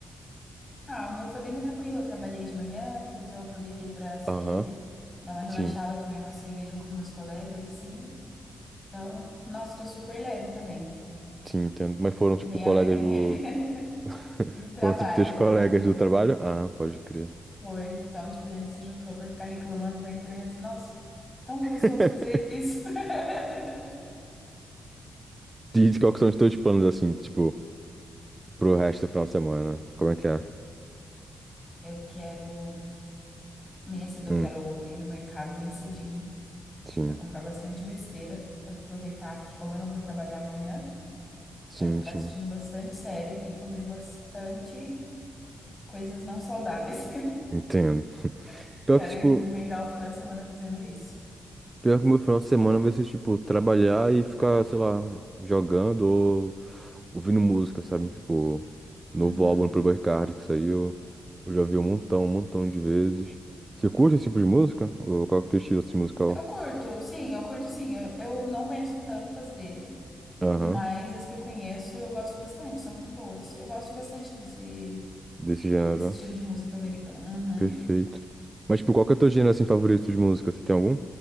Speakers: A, on the left (about 25°); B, on the right (about 25°).
A: Ah, o meu foi bem tranquilo. Eu trabalhei de manhã, depois eu aproveitei pra sair,
B: Aham,
A: né? Dar uma relaxada,
B: sim,
A: tomei uma cerveja com os meus colegas, assim. Então, nossa, tô super leve também.
B: sim, entendo. Mas foram, tipo,
A: Bem
B: colegas
A: alegrinha
B: do. <laughs>
A: <laughs> do trabalho.
B: Foram, tipo, teus colegas
A: Uhum,
B: do trabalho? Ah, pode crer.
A: foi. Então, tipo, a gente se juntou pra ficar reclamando da empresa. Nossa, tão gostoso
B: <laughs>
A: fazer isso. <laughs>
B: E qual que são os teus planos, assim, tipo, pro resto do final de semana? Como é que é?
A: Eu quero. Amanhã cedo
B: Hum.
A: eu quero ir no mercado bem cedinho
B: Sim,
A: pra comprar bastante besteira, pra aproveitar que, como eu não vou trabalhar amanhã.
B: sim,
A: Quero ficar
B: sim.
A: assistindo bastante série e comer bastante coisas não saudáveis.
B: Entendo.
A: <laughs>
B: Pior
A: Quero
B: que, tipo,
A: emendar o final de semana fazendo isso.
B: pior que o meu final de semana vai ser, tipo, trabalhar e ficar, sei lá, jogando ou ouvindo música, sabe? Tipo, novo
A: Uhum.
B: álbum do Playboi Carti, que saiu, eu já vi um montão, um montão de vezes. Você curte esse tipo de música? Ou qual que é o teu estilo, assim, musical?
A: Eu curto, sim, eu curto sim. Eu, eu não conheço tantas dele,
B: Aham,
A: mas as que eu conheço eu gosto bastante, são muito boas. Eu gosto bastante desse,
B: desse gênero,
A: desse estilo
B: ó.
A: de música americana.
B: perfeito.
A: Uhum.
B: Mas, tipo, qual que é o teu gênero, assim, favorito de música? Você tem algum?